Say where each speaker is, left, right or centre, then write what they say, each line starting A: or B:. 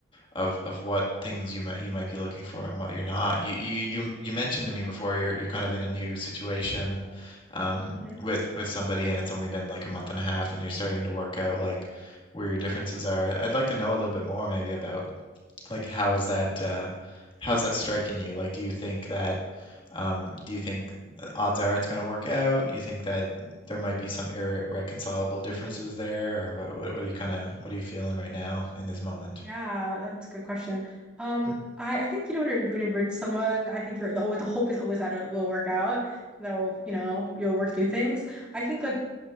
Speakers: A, on the left (about 25°); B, in the centre.
A: of of what things you might you might be looking for and what you're not. You you you you mentioned to me before you're you're kind of in a new situation, um,
B: Mhm.
A: with with somebody, and it's only been like a month and a half, and you're starting to work out like
B: Yeah.
A: where your differences are. I'd like to know a little bit more maybe about like, how is that uh, how's that striking you? Like, do you think that um, do you think uh, odds are it's going to work out? Do you think that there might be some irreconcilable differences there, or what? What, what are you kind of what are you feeling right now in this moment?
B: Yeah, that's a good question. Um,
A: Mm.
B: I, I think you know when you're when you're with someone, I think you're the always the hope is always that it will work out. That will, you know, you'll work through things. I think like